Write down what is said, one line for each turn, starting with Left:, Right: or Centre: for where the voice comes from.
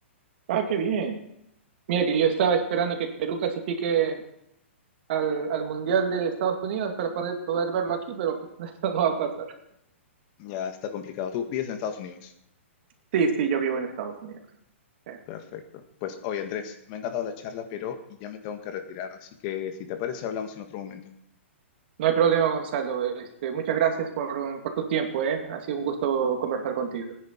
Right: Ah, qué bien. Mira que yo estaba esperando que Perú clasifique al, al Mundial de Estados Unidos para poder, poder verlo aquí, pero pues, <laughs> eso no va a pasar.
Left: Ya está complicado. Tú vives en Estados Unidos.
Right: Sí, sí, yo vivo en Estados Unidos. Eh,
Left: Perfecto. Pues oye, Andrés, me ha encantado la charla, pero ya me tengo que retirar, así que si te parece, hablamos en otro momento.
Right: No hay problema, Gonzalo. Este, muchas gracias por, por tu tiempo, ¿eh? Ha sido un gusto conversar contigo.